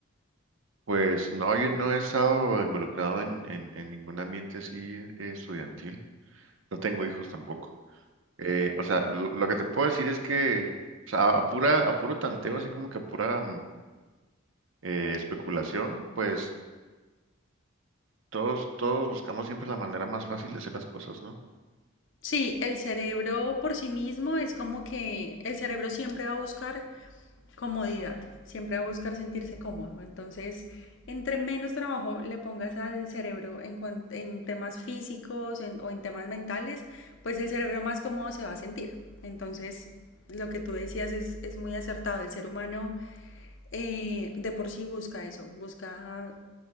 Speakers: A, on the right; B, on the left.
A: Pues no, yo no he estado involucrado en, en, en ningún ambiente así eh, estudiantil. No tengo hijos tampoco. Eh, o sea, lo, lo que te puedo decir es que, o sea, a, a pura, a puro tanteo, así como que a pura mm, eh, especulación, pues todos, todos buscamos siempre la manera más fácil de hacer las cosas, ¿no?
B: Sí, el cerebro por sí mismo es como que el cerebro siempre va a buscar comodidad, siempre va a buscar sentirse cómodo. Entonces, entre menos trabajo le pongas al cerebro en, cuan- en temas físicos en- o en temas mentales, pues el cerebro más cómodo se va a sentir. Entonces, lo que tú decías es, es muy acertado. El ser humano eh, de por sí busca eso, busca